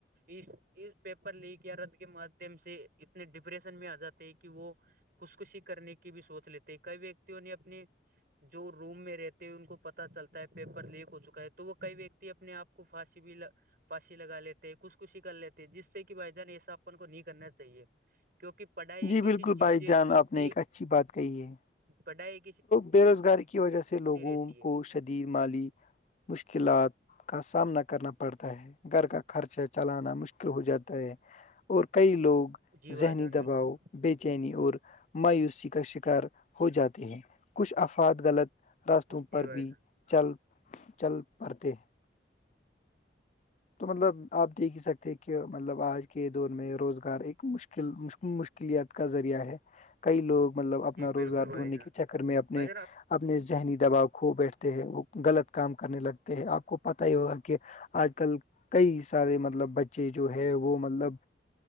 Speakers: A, on the right; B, on the left.
A: اس اس پیپر لیک یا رد کے مادھیم سے اتنے ڈپریشن میں آ جاتے ہیں کہ وہ خش کشی کرنے کی بھی سوچ لیتے ہیں کئی ویکتیوں نے اپنے جو روم میں رہتے ہیں ان کو پتا چلتا ہے پیپر لیک ہو چکا ہے تو وہ کئی و اپنے آپ کو پھانسی بھی پھسی لگا لیتے خش کشی کر لیتے جس سے کہ بھائی جان ایسا ن کو نہیں کرنا چاہیے کیونک پڑھائی ایک
B: جی بالکل
A: ایسی چیز
B: بھائی
A: ہے
B: جان
A: جو
B: آپ
A: کہ
B: نے ایک اچھی بات کہی ہے
A: پھائی
B: بے روزگاری کی وجہ سے لوگوں
A: رہتی ہے
B: کو شدید مالی مشکلات کا سامنا کرنا پڑتا ہے گھر کا خرچہ چلانا مشکل ہو جاتا ہے اور کئی لوگ
A: جی بھائی
B: ذہنی
A: جان بالکل
B: دباؤ بے چینی اور مایوسی کا شکار ہو جاتے ہیں کچھ افاد غلط راستوں
A: جی
B: پر
A: بھائی
B: بھی چل چل پڑتے ہیں تو مطلب آپ دیکھ ہی سکتے ہیں کہ مطلب آج کے دور میں روزگار ایک مشکل مل مشکلت کا ذریعہ ہے کئی لوگ مطلب اپنا
A: جی
B: روزگار
A: بالکل بھائی
B: ڈھونڈنے
A: جان
B: کے چکر میں اپنے
A: بھائی
B: اپنے ذہنی دباؤ کھو بیٹھتے ہیں وہ غلط کام کرنے لگتے ہیں آپ کو پت ہی ہوگا کہ آج کل کئی سارے مطلب بچے جو ہے وہ مطلب